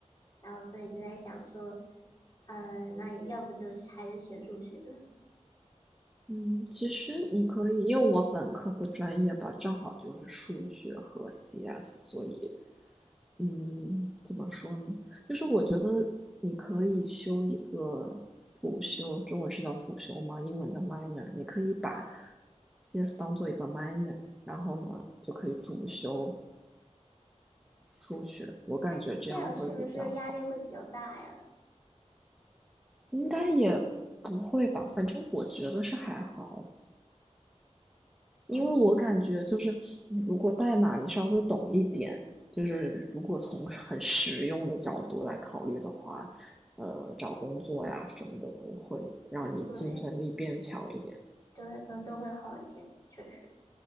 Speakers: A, on the left; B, in the centre.
A: 然后所以就在想说，呃，那要不就还是学数学，
B: 嗯，其实你可以，因为我本科的专业吧，正好就是数学和 CS，所以嗯，怎么说呢？就是我觉得你可以修一个辅修，中文是叫辅修吗？英文叫 minor，你可以把 CS 当做一个 minor，然后呢就可以主修数学，我感觉这样会比较好。
A: 但是这样是不是压力会比较大呀？
B: 应该也不会吧，反正我觉得是还好，
A: 嗯，
B: 因为我感觉就是你如果代码你稍微懂一点，就是如果从很实用的角度来考虑的话，呃，找工作呀什么的都会让你竞争力变强一点。
A: 对。对，可能都会好一点，确实。